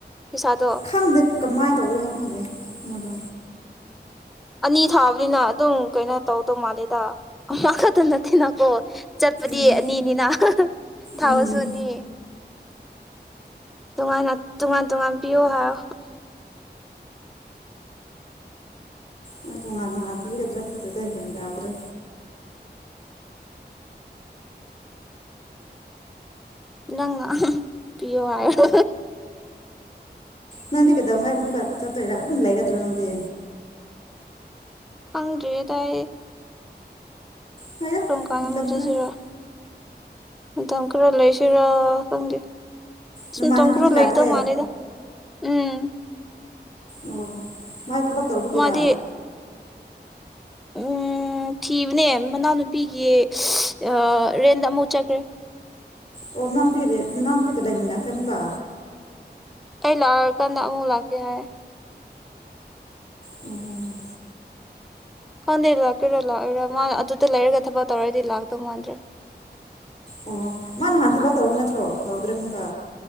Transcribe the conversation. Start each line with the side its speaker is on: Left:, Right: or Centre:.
Centre: ꯄꯩꯁꯥꯗꯣ
Left: ꯈꯪꯗꯦ ꯀꯃꯥꯢ ꯇꯧꯗꯣꯢꯅꯣ ꯈꯪꯗ꯭ꯔꯦ ꯃꯣꯢꯗꯣ
Centre: ꯑꯅꯤ ꯊꯥꯕꯅꯤꯅ ꯑꯗꯨꯝ ꯀꯩꯅꯣ ꯇꯧꯗꯧ ꯃꯥꯂꯦꯗ ꯈꯛꯇ ꯅꯠꯇꯦꯅꯀꯣ ꯆꯠꯄꯗꯤ
Left: ꯎꯝ
Centre: ꯑꯅꯤꯅꯤꯅ ꯊꯥꯕꯁꯨ
Left: ꯎꯝ
Centre: ꯑꯅꯤ ꯇꯣꯉꯥꯟꯅ ꯇꯣꯉꯥꯟ ꯇꯣꯉꯥꯟ ꯄꯤꯌꯣ ꯍꯥꯢꯔꯣ
Left: ꯅꯣꯏ ꯇꯣꯉꯥꯟ ꯇꯣꯉꯥꯟ ꯄꯤꯒꯗ꯭ꯔꯥ ꯄꯤꯒꯗ꯭ꯔ ꯒꯌꯥꯟ ꯇꯥꯗ꯭ꯔꯦ
Centre: ꯅꯪꯅ ꯄꯤꯌꯣ ꯍꯥꯢꯌꯣ
Left: ꯅꯪꯗꯤ ꯀꯩꯗꯧꯉꯩ ꯑꯃꯨꯛꯀ ꯆꯠꯇꯨꯢꯔ ꯑꯗꯨꯝ ꯂꯩꯔꯗ꯭ꯔꯥ ꯅꯪꯗꯤ
Centre: ꯈꯪꯗ꯭ꯔꯤꯌꯦꯗ ꯑꯩ
Left: ꯉꯥꯏꯌꯣ
Centre: ꯀꯔꯝ ꯀꯥꯟꯅ
Left: ꯃꯇꯝ
Centre: ꯑꯃꯨꯛ ꯆꯠꯁꯤꯔ
Left: ꯈꯔ
Centre: ꯃꯇꯝ ꯈꯔ ꯂꯩꯁꯤꯔ ꯈꯪꯗꯦ
Left: ꯅꯃꯥꯟꯅꯕꯤꯗꯤ
Centre: ꯁꯨꯨꯝꯇꯣꯡ ꯈꯔ ꯂꯩꯗꯧ
Left: ꯂꯥꯛꯇꯦ
Centre: ꯃꯥꯂꯦꯗ ꯎꯝ
Left: ꯑꯣ ꯃꯥꯢ ꯊꯕꯛ ꯇꯧꯕꯒꯤꯔ
Centre: ꯃꯥꯗꯤ ꯎꯝ ꯊꯤꯕꯅꯦ ꯃꯅꯥꯎꯅꯨꯄꯤꯒꯤ ꯑ ꯔꯦꯟꯗ ꯑꯃꯨꯛ ꯆꯠꯈ꯭ꯔꯦ
Left: ꯑꯣ ꯃꯅꯥꯎꯅꯨꯄꯤ ꯔꯦꯟ ꯃꯅꯥꯎꯅꯨꯄꯤꯒ ꯂꯩꯃꯤꯟꯅꯈꯔꯦ ꯃꯨꯛꯀ
Centre: ꯑꯩ ꯂꯥꯛꯑꯀꯥꯟꯗ ꯑꯃꯨꯛ ꯂꯥꯛꯀꯦ ꯍꯥꯢꯔꯦ
Left: ꯎꯝ ꯎꯝ ꯎꯝ
Centre: ꯈꯪꯗꯦ ꯂꯥꯛꯇꯨꯢꯔ ꯂꯥꯛꯑꯣꯏꯔ ꯃꯥ ꯑꯗꯨꯗ ꯂꯩꯔꯒ ꯊꯕꯛ ꯇꯧꯔꯗꯤ ꯂꯥꯛꯇꯧ ꯃꯥꯟꯗ꯭ꯔꯦ
Left: ꯑꯣ ꯃꯥ ꯅꯍꯥꯟ ꯊꯕꯛ ꯇꯧꯕ ꯅꯠꯇ꯭ꯔꯣ ꯇꯧꯗ꯭ꯔꯦ ꯃꯨꯛꯀ